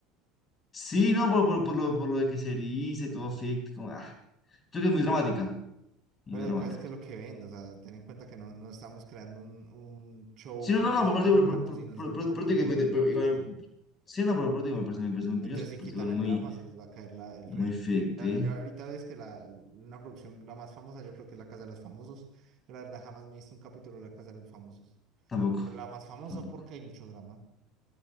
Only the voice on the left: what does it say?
Sí, no, por, por, por lo, por lo de que se eriza y todo ficti, como... Ah, creo que es muy dramática, muy
dramática.
Sí, no,
no, no, por, ti, por,
por,
por,
por-
por
ti
que me- por- igual- sí, no, por, por ti que me parece, me parece muy pilloso,
pero
igual
muy,
muy
fake,
Tampoco,
tampoco.